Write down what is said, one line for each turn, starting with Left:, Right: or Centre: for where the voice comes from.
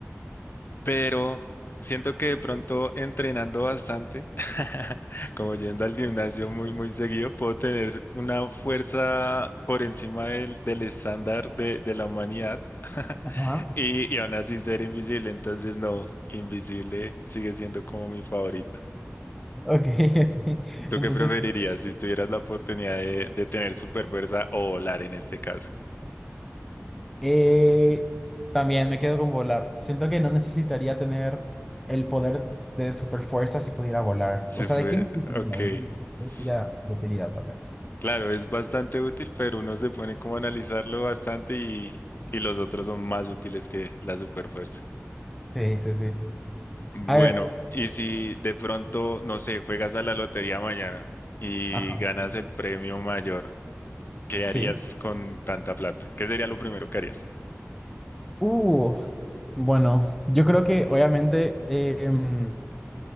Left: Pero siento que de pronto entrenando bastante, <laughs> como yendo al gimnasio muy, muy seguido, puedo tener una fuerza por encima del, del estándar de, de la humanidad <laughs>
Centre: Ajá.
Left: y, y aún así ser invisible. Entonces, no, invisible sigue siendo como mi favorito.
Centre: Ok, <laughs> ok.
Left: ¿Tú
Centre: Entonces,
Left: qué preferirías si tuvieras la oportunidad de, de tener superfuerza o volar en este caso?
Centre: eh, también me quedo con volar. Siento que no necesitaría tener el poder de super superfuerza si pudiera volar.
Left: Se
Centre: O sea,
Left: fue,
Centre: ¿de qué me serviría?
Left: ok.
Centre: ¿De qué me
Left: S-
Centre: serviría de utilidad también?
Left: Claro, es bastante útil, pero uno se pone como a analizarlo bastante y, y los otros son más útiles que la superfuerza.
Centre: Sí, sí, sí.
Left: Bueno,
Centre: A ver.
Left: y si de pronto, no sé, juegas a la lotería mañana y
Centre: Ajá,
Left: ganas el premio mayor, ¿qué
Centre: sí.
Left: harías con tanta plata? ¿Qué sería lo primero que harías?
Centre: Uh, bueno, yo creo que obviamente eh, em,